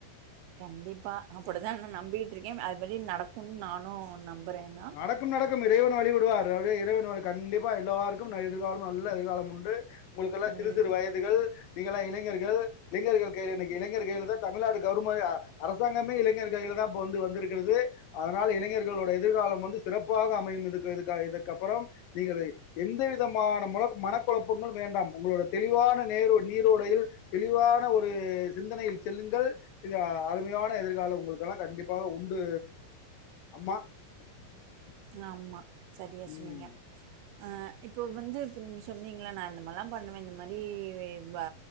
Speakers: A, on the right (about 80°); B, on the left (about 70°).
A: கண்டிப்பா அப்டித்தா நா நம்பிக்கிட்டு இருக்கே அது படி நடக்குனு நானு நம்பறேதா
B: நடக்கும் நடக்கும் இறைவன் வழிவிடுவார் நல்லபடியா இறைவன் அருள் கண்டிப்பா எல்லாருக்கு எதிர்காலம் நல்ல எதிர்காலம் உண்டு உங்களுக்கெல்லா
A: ம்.
B: சிறு சிறு வயது கள் நீங்கெல்லா இளைஞர்கள் இளைஞர்கள் கையிலதா இன்னக்கி இளைஞர் கையில தா தமிழ்நாடு கவர்மெண்ட் அரசு அரசாங்கமே இளைஞர்கள் கையிலதா இப்போ வந்து வந்துருக்கிறது அதனால இளைஞர்களோட எதிர்காலம் வந்து சிறப்பாக அமையு இதுக்கு இதுக்கு இதுக்கு அப்பறம் நீங்களே எந்த விதமான முல மனக்குழப்பங்கள் வேண்டாம் உங்களோட தெளிவான நேர நீரோடையில் தெளிவான ஒரு சிந்தனையில் செல்லுங்கள் மிக அருமையான எதிர்காலம் உங்களுக்கெல்லா கண்டிப்பாக உண்டு அம்மா <inaudible>
A: ஆம்மா சரியா சொன்னிங்க
B: ம்
A: அ இப்போ வந்து இப்போ நீங்க சொன்னீங்கள்ள நா இந்தமாரிலா பண்ணுவே இந்த மாரி வ வ